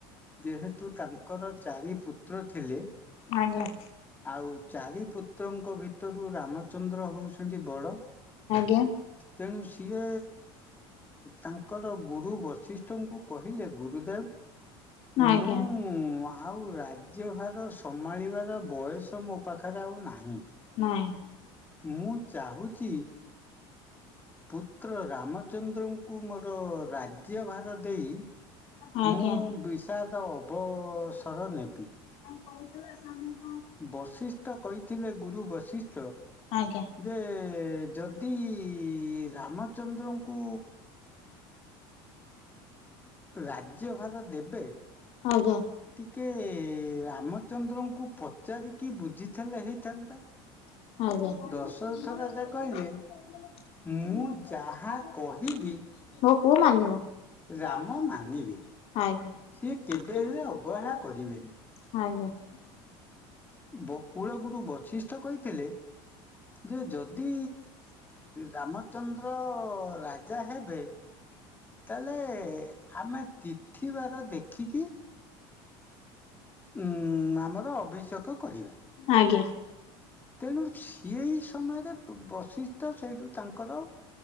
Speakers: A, on the left; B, on the left.
A: ଯେହେତୁ ତାଙ୍କର ଚାରି ପୁତ୍ର ଥିଲେ।
B: ଆଜ୍ଞା।
A: ଆଉ ଚାରି ପୁତ୍ରଙ୍କ ଭିତରୁ ରାମଚନ୍ଦ୍ର ହଉଛନ୍ତି ବଡ
B: ଆଜ୍ଞା।
A: ତେଣୁ ସିଏ ତାଙ୍କର ଗୁରୁ ବଶିଷ୍ଠଙ୍କୁ କହିଲେ ଗୁରୁଦେବ ମୁଁ
B: ଆଜ୍ଞା
A: ଆଉ ରାଜ୍ୟ ଭାର ସ ସମ୍ଭାଳିବାର ବୟସ ମୋ ପାଖରେ ଆଉ ନାହିଁ।
B: ନାଇଁ
A: ମୁଁ ଚାହୁଁଛି ପୁତ୍ର ରାମଚନ୍ଦ୍ରଙ୍କୁ ମୋର ରାଜ୍ୟଭାର ଦେଇ
B: ଆଜ୍ଞା।
A: ମୁଁ ବିଷାଦ ଅବସର ନେବି।
B: <inaudible>
A: ବଶିଷ୍ଠ କହିଥିଲେ, ଗୁରୁ ବଶିଷ୍ଠ
B: ଆଜ୍ଞା
A: ଯେ ଯଦି ରାମଚନ୍ଦ୍ରଙ୍କୁ ରାଜ୍ୟ ଭାର ଦେବେ
B: ଆଜ୍ଞା।
A: ଟିକେ ରାମଚନ୍ଦ୍ରଙ୍କୁ ପଚାରିକି ବୁଝିଥିଲେ ହେଇଥାନ୍ତା।
B: ଆଜ୍ଞା।
A: ଦଶରଥ
B: ହୋ
A: ରାଜା କହିଲେ
B: କୋଉ ମାନିବ!
A: ମୁଁ ଯାହା
B: ରାମ
A: କହିବି
B: ଲାଗି କେବେ
A: ରାମ
B: ହେଲେ
A: ମାନିବେ।
B: ଅବହେଲା
A: ସିଏ କେବେ
B: କରିବେ
A: ହେଲେ ଅବହେଳା କରିବେନି।
B: ନାହିଁ। ଆଜ୍ଞା।
A: ବକୁଳ କୂଳ ଗୁରୁ ବଶିଷ୍ଠ କହିଥିଲେ। ଯେ ଯଦି ରାମଚନ୍ଦ୍ର ରାଜା ହେବେ ତାହେଲେ ଆମେ ତିଥିବାର ଦେଖିକି ଉଁ ଆମର ଅଭିଷେକ କରିବା।
B: ଆଜ୍ଞା
A: ତେଣୁ ସେଇ ସମୟରେ ବଶିଷ୍ଟଠ ସେଇଠୁ ତାଙ୍କର